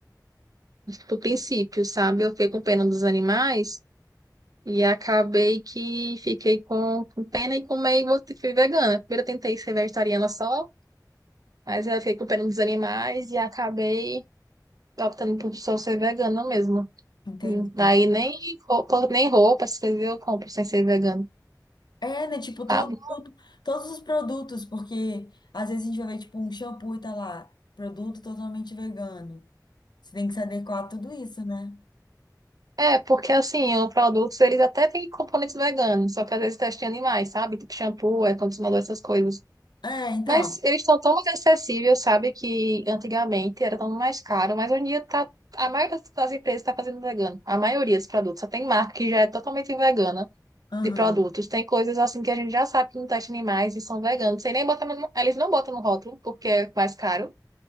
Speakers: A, on the right (about 60°); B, on the left (about 80°).
A: Do princípio, sabe? Eu fico com pena dos animais. E acabei que fiquei com, com pena e com meio que fui vegana. Primeiro eu tentei ser vegetariana só, mas eu fiquei com pena dos animais e acabei optando por só ser vegana mesmo.
B: Entendi.
A: Hum, Aí nem roupa, nem roupa, essas coisas eu compro sem ser vegano,
B: É, né? Tipo, tu,
A: sabe?
B: tu- todos os produtos, porque às vezes a gente vai ver, tipo, um shampoo e tá lá, produto totalmente vegano. Você tem que se adequar a tudo isso, né?
A: É, porque assim, os produtos eles até têm componentes veganos, só que às vezes testem animais, sabe? Tipo shampoo, é condicionador, essas coisas.
B: É, então.
A: Mas eles estão tão mais acessíveis, sabe? Que antigamente era tão mais caro, mas hoje em dia tá, a maioria das das empresas está fazendo vegano. A maioria dos produtos. Só tem marca que já é totalmente vegana
B: Aham.
A: de produtos. Tem coisas assim que a gente já sabe que não testa animais e são veganos. Sem nem botar no- eles não botam no rótulo, porque é mais caro,